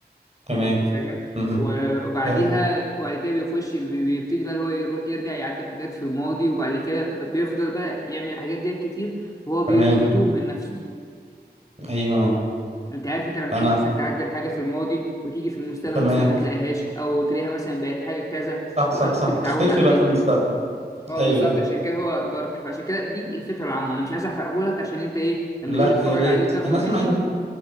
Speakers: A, on the right (about 40°); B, on the left (about 20°).
A: تمام
B: انت فاهم
A: مهم.
B: و- وبعديها
A: حلو
B: وبعد كده بيخش بي- بيبتدي بقى اللي هو يرو- يرجع يعدل حاجات في الماضي وبعد كده ب- بيفضل بقى يعمل الحاجات دي كتير فهو بي-
A: تمام
B: بيتوه من نفسه
A: ايوه
B: انت عارف انت لما
A: انا
B: تيجي مثلا تعدل حاجه في الماضي وتيجي في المستقبل
A: تمام
B: مثلا ما تلاقيهاش او تلاقيها مثلا بقت حاجه كذا
A: صح
B: طب
A: صح
B: انا
A: صح
B: كنت متعود
A: تختلفي
B: على
A: بقى
B: دي
A: في المستقبل
B: اه
A: ايوه
B: بالظبط عشان كده هو دارك فعشان كده دي الفكره العامه انا مش عايز احرقه لك عشان انت ايه لما
A: لا
B: تيجي تتفرج
A: يا ريت
B: عليه وتاخده
A: انا اسمع
B: مني
A: ان